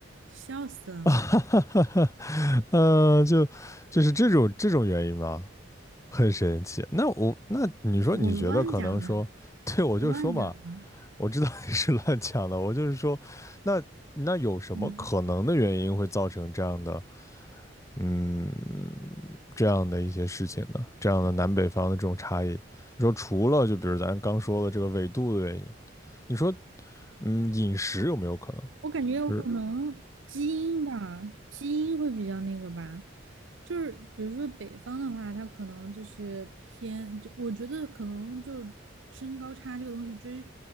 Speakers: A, on the right; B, on the left.
A: 笑死了！
B: <laughs> 哈哈哈哈呃，就就是这种这种原因吧，很神奇。那我那你说你觉得可能说，
A: <laughs> 我乱讲的，
B: 对我就说嘛。
A: 我乱讲的，
B: 我知道你是乱讲的，我就是说，那那有什么可能的原因会造成这样的，
A: 嗯。
B: 嗯，这样的一些事情呢？这样的南北方的这种差异，你说除了就比如咱刚说的这个纬度的原因，你说，嗯，饮食有没有可能，
A: 我感觉有可能基因吧，
B: 就是
A: 基因会比较那个吧，就是比如说北方的话，他可能就是偏，就我觉得可能就是身高差这个东西追